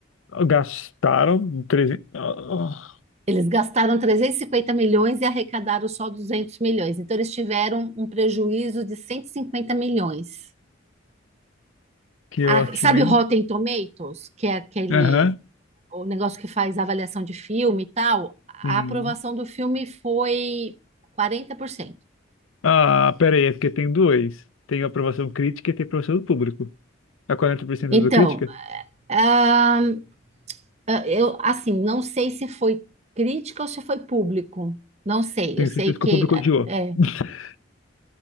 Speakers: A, on the left; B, on the right.
A: Gastaram 300. Oh,
B: Eles gastaram 350 milhões e arrecadaram só 200 milhões. Então, eles tiveram um prejuízo de 150 milhões.
A: que
B: A-
A: ótimo,
B: sabe
A: hein?
B: o Rotten Tomatoes, que é aquele
A: Aham.
B: o negócio que faz a avaliação de filme e tal? A
A: Sim.
B: aprovação do filme foi 40%.
A: Ah, pera aí, é porque tem dois. Tem a aprovação crítica e tem a aprovação do público. A 40%
B: Então,
A: da crítica?
B: ah, ah, eu assim, não sei se foi crítica ou se foi público. Não sei.
A: Tenho
B: Eu sei
A: certeza
B: que
A: que o público odiou.
B: é,
A: <laughs>